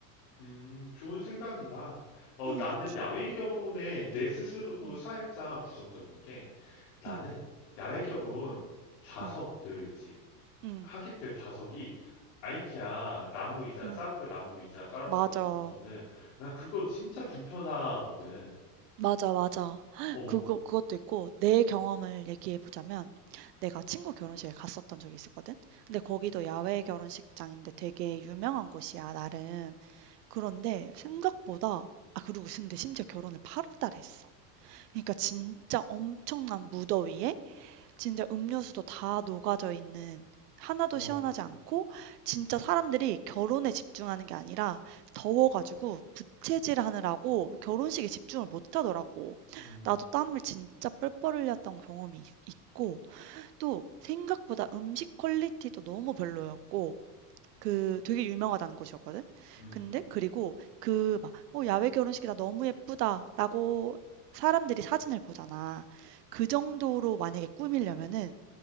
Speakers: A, on the left; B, on the right.
A: 음, 좋은 생각이다. 어,
B: 응,
A: 나는
B: 그치.
A: 야외 결혼에 내 스스로도
B: 응,
A: 살짝 부정적인 게, 나는
B: 응,
A: 야외 결혼 좌석들
B: 응,
A: 있지.
B: 응,
A: 하객들 좌석이 아이케아 나무 의자,
B: 응.
A: 싸구려 나무 의자 깔아둔
B: 맞아.
A: 거 보고서는, 나 그거 진짜 불편하거든.
B: 맞아, 맞아. <laughs>
A: 어,
B: 그거 그것도 있고 내 경험을 얘기해 보자면 내가 친구 결혼식에 갔었던 적이 있었거든. 근데 거기도 야외 결혼식장인데 되게 유명한 곳이야, 나름. 그런데 생각보다 아, 그리고 근데 심지어 결혼을 8월 달에 했어. 그러니까 진짜 엄청난 무더위에 진짜 음료수도 다 녹아져 있는 하나도
A: 어이구.
B: 시원하지 않고 진짜 사람들이 결혼에 집중하는 게 아니라 더워 가지고 부채질하느라고 결혼식에 집중을 못 하더라고.
A: 음,
B: 나도 땀을 진짜 뻘뻘 흘렸던 경험이 있- 있고 또 생각보다 음식 퀄리티도 너무 별로였고 그 되게 유명하다는 곳이었거든.
A: 음,
B: 근데
A: 음,
B: 그리고
A: 음.
B: 그 막 "어 야외 결혼식이다. 너무 예쁘다."라고 사람들이 사진을 보잖아. 그 정도로 만약에 꾸미려면은